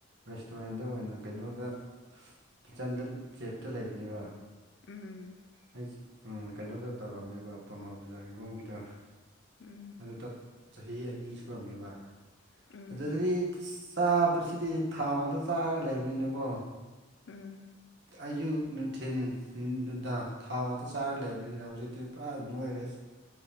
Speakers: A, on the right; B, on the left.
A: ꯔꯦꯁꯇꯨꯔꯦꯟꯗ ꯑꯣꯏꯅ ꯀꯩꯅꯣꯗ ꯀꯤꯠꯆꯟꯗ ꯆꯦꯞꯇ ꯂꯩꯕꯅꯦꯕ
B: ꯎꯝ
A: ꯑꯩ ꯀꯩꯅꯣꯗ ꯇꯧꯔꯝꯃꯦꯕ ꯄꯣꯔꯃ ꯕꯖꯥꯔꯒꯤ ꯔꯣꯝꯒꯤꯗ
B: ꯎꯝ
A: ꯑꯗꯨ ꯆꯍꯤ ꯑꯅꯤ ꯁꯨꯔꯝꯃꯦꯕ
B: ꯎꯝ
A: ꯑꯗꯨꯗꯤ ꯆꯥ ꯁꯤꯗꯤ ꯊꯥ ꯉꯗ ꯆꯥꯔꯒ ꯂꯩꯕꯅꯤꯅꯀꯣ
B: ꯎꯝ
A: ꯑꯩꯁꯨ ꯅꯨꯡꯊꯤꯟ ꯅꯨꯡꯗꯥꯡ ꯊꯥꯎ ꯉꯥꯛꯇ ꯆꯥꯔꯒ ꯂꯩꯕꯅꯤꯅ ꯍꯧꯖꯤꯛꯇꯤ ꯄꯨꯔꯥ ꯅꯣꯏꯔꯦ